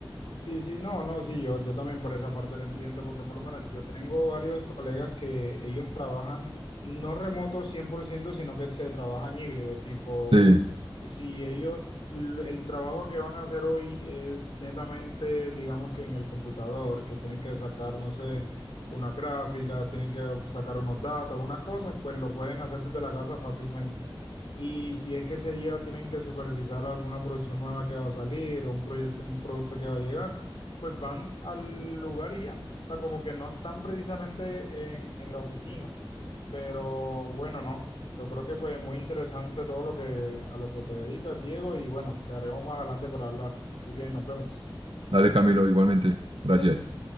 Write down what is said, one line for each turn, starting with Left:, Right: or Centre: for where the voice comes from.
Left: Sí, sí, no, no, sí, yo, yo también por esa parte lo entiendo, porque por lo menos yo tengo varios colegas que ellos trabajan no remoto 100%, sino que se trabajan híbrido, tipo,
Right: Sí,
Left: y si ellos, l- el trabajo que van a hacer hoy es netamente, digamos que en el computador, que tienen que sacar, no sé, unas gráficas, tienen que sacar unos datos, unas cosas, pues lo pueden hacer desde la casa fácilmente. Y si es que ese día tienen que supervisar alguna producción nueva que va a salir o un proyecto, un producto que va a llegar, pues van al lugar y ya. O sea, como que no están precisamente en, en la oficina. Pero bueno, no. Yo creo que pues muy interesante todo lo que a lo que te dedicas, Diego, y bueno, quedaremos más adelante para hablar. Así que nos vemos.
Right: dale Camilo, igualmente. Gracias.